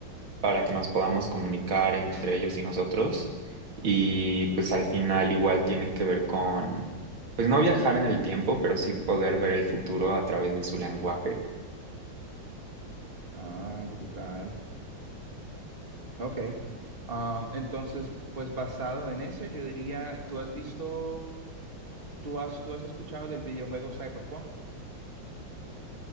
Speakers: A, on the right (about 80°); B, on the right (about 25°).
A: para que nos podamos comunicar entre ellos y nosotros. Y pues al final igual tiene que ver con, pues no viajar en el tiempo, pero sí poder ver el futuro a través de su lenguaje.
B: Ah, brutal. Ok. Am, entonces, pues basado en ese, yo diría, ¿tú has visto, tú has, tú has escuchado del videojuego Cyberpunk?